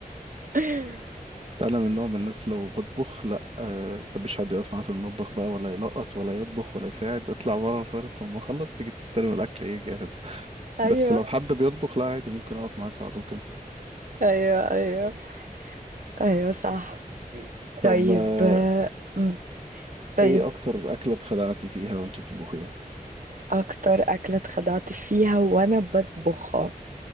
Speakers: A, on the right (about 60°); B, on the right (about 45°).
A: <laughs>
B: انا من نوع من الناس لو بطبخ لا أه محبش حد يقف معايا في المطبخ بقى ولا يلقط ولا يطبخ ولا يساعد اطلع بره خالص لما اخلص تيجي تستلم الاكل ايه جاهز
A: ايوه
B: بس لو حد بيطبخ لا عادي ممكن اقف معاه اساعده كده
A: ايوه ايوه ايوه صح
B: طب
A: طيب
B: آه،
A: آه، مم، طيب
B: ايه اكتر اكله اتخدعتي فيها وانت بتطبخيها
A: اكتر اكله اتخدعت فيها وانا بطبخها